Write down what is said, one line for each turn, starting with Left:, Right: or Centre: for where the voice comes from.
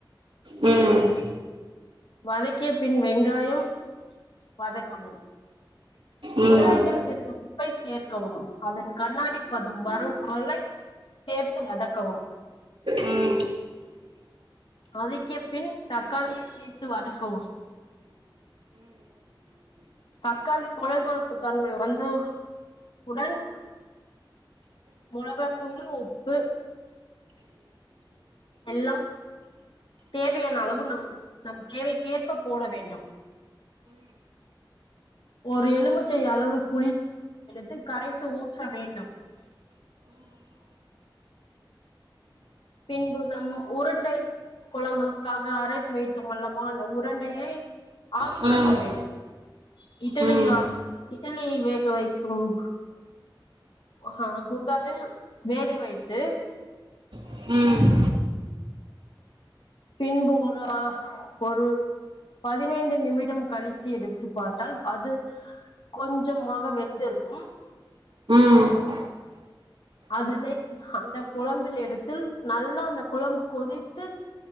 Right: ம் ம் ம் ம் ம் ம்
Left: வதக்கிய பின் வெங்காயம் வதக்கவும் வெங்காயத்தில்
Right: ம் ம் ம் ம்
Left: சிறிது உப்பை சேர்க்கவும் அதன் கண்ணாடி பதும் வரும் வளை சேர்த்து வதக்கவும்
Right: ஆ
Left: வதக்கிய பின் தக்காளி சேத்து வதக்கவும் தக்காளி கொல கொலப்பு தன்மை வந்து உடன் மொளகாத்தூளு உப்பு வெல்லாம் தேவியான அளவு நம் நம் தேவைக்கேற்ப போட வேண்டும் ஒரு எலுமுச்சை அளவு புளி எடுத்து கரைத்து ஊற்ற வேண்டும் பின்பு நம் உருண்டை கொழம்புக்காக அரைத்து வைத்தமொல்லமோ அந்த உருண்டையை ஆவி
Right: ம்
Left: கற்ற வேண்டும் இட்டலியா
Right: ம் ம்
Left: இட்டலியை வேக வைக்கும் ஆ குண்டாவில் வேக வைத்து
Right: ம்
Left: பின்பு ஒரு ஒரு பதினைந்து நிமிடம் கழித்து எடுத்து பார்த்தால் அது கொஞ்சமாக வெந்திருக்கும்
Right: சரிங்க தோழி
Left: அதுனை அந்த குழம்பில் எடுத்தில் நல்லா அந்த குழம்பு கொதித்து